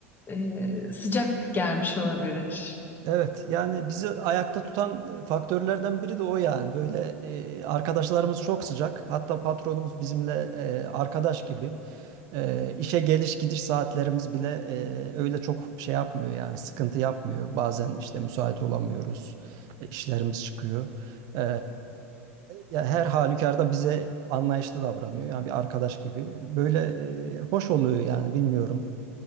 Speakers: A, on the left (about 25°); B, on the right (about 55°).
A: e, sıcak gelmiş olabilir.
B: Evet yani bizi ayakta tutan e, faktörlerden biri de o yani. Böyle e, arkadaşlarımız çok sıcak. Hatta patronumuz bizimle e, arkadaş gibi. E, işe geliş gidiş saatlerimiz bile e, öyle çok şey yapmıyor yani sıkıntı yapmıyor. Bazen işte müsait olamıyoruz. E, işlerimiz çıkıyor. E, ya her halükarda bize anlayışlı davranıyor. Yani bir arkadaş gibi. Böyle e, hoş oluyor yani bilmiyorum.